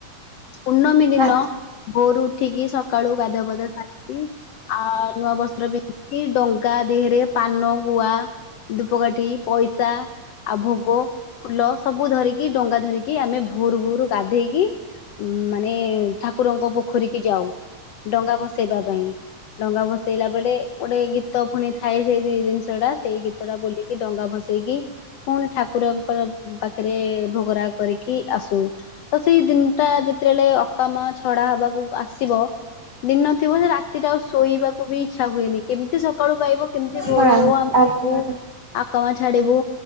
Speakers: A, on the left; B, on the right.
A: ପୂର୍ଣ୍ଣମୀ ଦିନ
B: ଆଚ୍ଛା
A: ଭୋର ରୁ ଉଠିକି ସକାଳୁ ଗାଧୁ ପାଧା ସାରିକି ଆ ନୂଆ ବସ୍ତ୍ର ପିନ୍ଧି ଡଙ୍ଗା ଦେହରେ ପାନ ଗୁଆ, ଦୁପ୍ଲ ପକାଠି ପଇସା ଆଉ ଭୋଗ ଫୁଲ ସବୁ ଧରିକି ଡଙ୍ଗା ଧରିକି, ଆମେ ଭୋର ଭୋରୁ ଗାଧେଇକି ମାନେ-ଏଁ। ଠା ଠାକୁରଙ୍କ ପୋଖରୀ କିି ଯାଉ। ଡଙ୍ଗା ଭସେଇବା ପାଇଁ। ଡଙ୍ଗା ଭସେଇଲା ବେଳେ ଗୋଟେ ଗୀତ ପୁଣି ଥାଏ ସେଇ ଦି ଦି ନ ଜିନିଷ ଟା ସେଇ ଗୀତ ଟା ବୋଲି କି ଡଙ୍ଗା ଭସେଇକି, ପୁଣି ଠାକୁରଙ୍କ ଙ୍କର ପାଖରେ ଭୋଗରା କରିକି ଆସୁ ତ ସେଇ ଦିନ ଟା ଯେତେବେଳେ ଅକାାମ ଛଡା ହବାକୁ ଆସିବ? ଦିନ ଥିବ ସେ ରାତିରେ ଆଉ ଶୋଇବାକୁ ବି ଇଚ୍ଛା ହୁଏନି କେମିତି ସକାଳୁ ପାଇବ କେମତି ଭୋର
B: ହଁ
A: ହବ ଆମେ
B: ଆଜ୍ଞା
A: ଯିବୁ
B: ମ୍ୟାଡ଼ାମ।
A: ଆକାମା ଛାଡିବୁ।